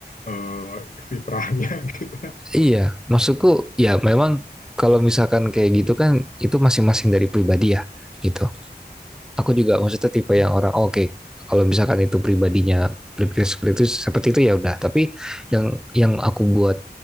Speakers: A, on the left; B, in the centre.
A: eh, fitrahnya gitu?
B: Iya, maksudku ya memang kalau misalkan kayak gitu kan itu masing-masing dari pribadi ya gitu. Aku juga maksudnya tipe
A: <laughs>
B: yang orang oh, oke okay, kalau misalkan itu pribadinya berpikir seperti itu seperti itu ya udah. Tapi yang yang aku buat